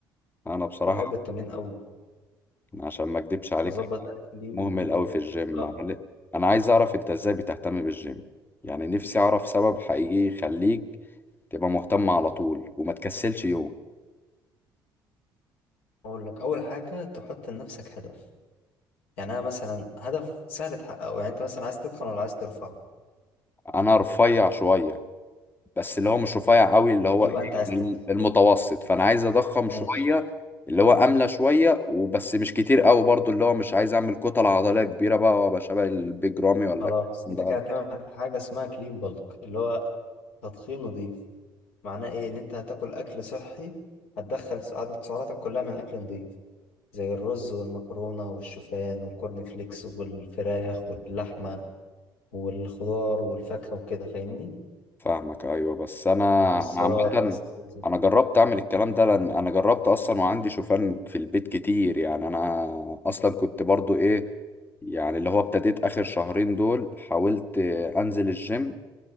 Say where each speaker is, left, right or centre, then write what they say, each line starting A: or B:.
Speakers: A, on the left (about 15°); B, on the left (about 65°).
A: انا بصراحة
B: بحب التمرين قوي
A: عشان ما اكدبش عليك
B: مظبط
A: أنا
B: اكلي
A: مهمل
B: و...
A: قوي في الجيم
B: اه
A: عمال- انا عايز اعرف انت ازاي بتهتم بالجيم يعني نفسي اعرف سبب حقيقي يخليك تبقى مهتم على طول وما تكسلش يوم
B: اقول لك اول حاجه تحط لنفسك هدف يعني انا مثلا هدف سهل تحققه يعني انت مثلا عايز تدخن ولا عايز ترفع
A: انا رفيع شوية بس اللي هو مش رفيع قوي اللي هو
B: يبقى
A: ايه
B: انت عايز
A: يعني
B: تدخن
A: المتوسط فانا عايز اضخم
B: ماشي
A: شويه اللي هو املى شويه وبس مش كتير قوي برضو اللي هو مش عايز اعمل كتل عضليه كبيره بقى وابقى شبه البيج رامي ولا
B: خلاص
A: الكلام ده
B: انت كده هتعمل حاجه اسمها كلين بالك اللي هو تدخين نظيف معناه ايه ان انت هتاكل اكل صحي هتدخل س- عدد سعراتك كلها من اكل نظيف زي الرز والمكرونه والشوفان والكورن فليكس والفراخ واللحمه والخضار والفاكهه وكده فاهمني
A: فاهمك ايوه بس انا
B: مكسرات
A: انا عامه
B: عسل زيتون.
A: انا جربت اعمل الكلام ده لان انا جربت اصلا وعندي شوفان في البيت كتير يعني انا اصلا كنت برضو ايه يعني اللي هو ابتديت اخر شهرين دول حاولت انزل الجيم